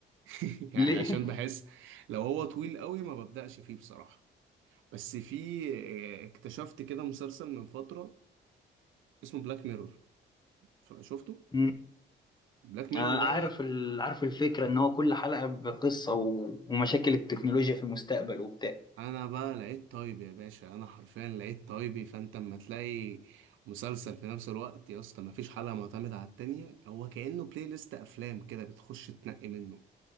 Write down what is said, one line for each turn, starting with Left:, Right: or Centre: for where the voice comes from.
Right: <laughs> يعني
Left: ليه؟
Right: عشان بحس لو هو طويل قوي ما ببداش فيه بصراحه بس في آه، اكتشفت كده مسلسل من فتره اسمه بلاك ميرور شفته
Left: مم.
Right: بلاك ميرور
Left: آه، عارف
Right: ده
Left: ال... عارف الفكرة ان هو كل حلقة بقصة و... ومشاكل التكنولوجيا في المستقبل وبتاع
Right: انا بقى لقيت طيب يا باشا انا حرفيا لقيت طيبي فانت اما تلاقي مسلسل في نفس الوقت يا اسطى مفيش حلقه معتمده على التانية هو كانه بلاي ليست افلام كده بتخش تنقي منه